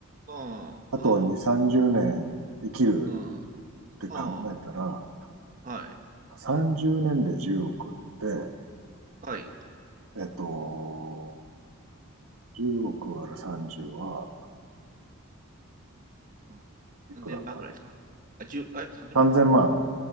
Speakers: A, on the right (about 40°); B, on the right (about 85°).
A: うん、
B: あとは2、
A: うん、
B: 30年生きるっ
A: うん、うん、
B: て考えたら、
A: はい、
B: 30年で10億って、
A: はい。
B: えっと、10億割る30は
A: うん、
B: いくらだ
A: 3000万ぐらいですか。あ、10、え、30万
B: ?3000 万、